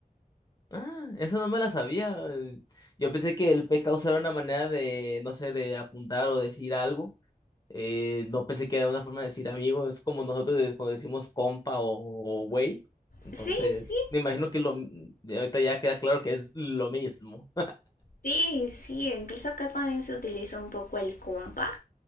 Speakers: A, on the left; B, on the left.
A: ah, eso no me la sabía. Yo pensé que el P causa era una manera de, no sé, de apuntar o decir algo. Eh, no pensé que era una forma de decir amigo, es como nosotros de- cuando decimos compa o, o güey. Entonces,
B: Sí, sí,
A: me imagino que lo, de ahorita ya queda claro que es lo mismo,
B: sí, sí, incluso acá también se utiliza un poco el compa,